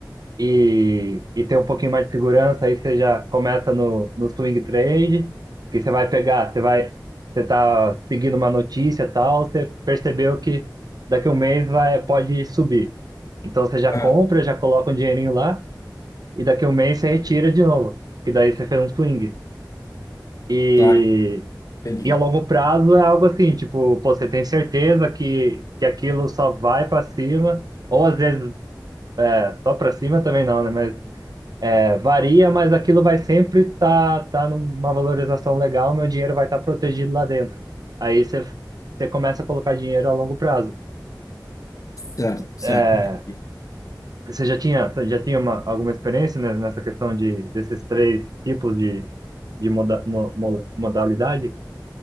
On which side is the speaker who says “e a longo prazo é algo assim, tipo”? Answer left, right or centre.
Right